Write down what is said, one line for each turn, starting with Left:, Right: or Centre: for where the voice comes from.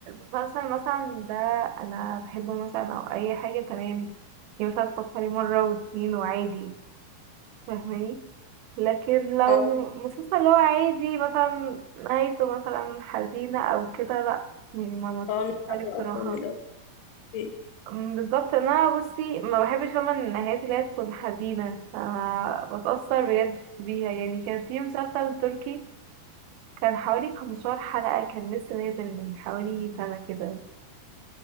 Right: مسلسل مثلا ده أنا بحبه مثلا أو أي حاجة تمام يعني مثلا تفكري مرة واتنين وعادي فاهماني لكن لو
Left: اه
Right: مسلسل اللي هو عادي مثلا نهايته مثلا حزينة او كده لا يعني ما متفرجش
Left: اه مش
Right: عليه
Left: عارفه
Right: بصراحة
Left: اصلا من الاول ايه
Right: أم، بالظبط إن انا بصي ما بحبش فاهمة النهايات اللي هي تكون حزينة أنا بتأثر بجد بيها يعني كان في مسلسل تركي كان حوالي 15 حلقة كان لسه نازل من حوالي سنة كده